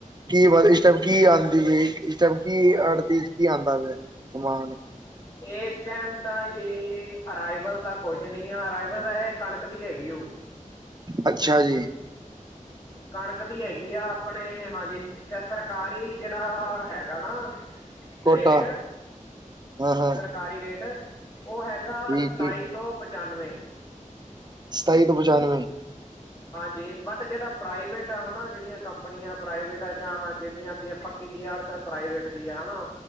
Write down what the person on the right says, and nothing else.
ਕੀ ਇਸ ਟਾਈਮ ਕੀ ਆਂਦੀ ਏ, ਇਸ ਟਾਈਮ ਕੀ ਆੜਤੀ ਕੀ ਆਦਾ ਪੇਸ਼? ਕਮਾਲੇ।
ਅੱਛਾ ਜੀ।
ਕੋਟਾ
ਹਾਂ ਹਾਂ
ਠੀਕ
ਠੀਕ
ਸਤਾਈ ਸੋ ਪਚਾਨਵੇਂ।